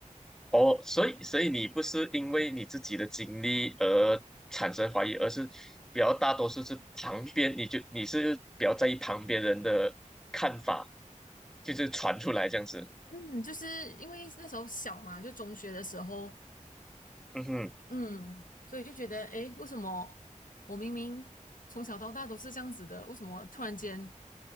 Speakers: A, in the centre; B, on the left.
A: 哦，所以所以你不是因为你自己的经历而产生怀疑，而是比较大多数是旁边，你就你是比较在意旁边人的看法，就是传出来这样子。
B: 嗯，就是因为那时候小嘛，就中学的时候。
A: 嗯哼，
B: 嗯，所以就觉得，诶，为什么我明明从小到大都是这样子的，为什么突然间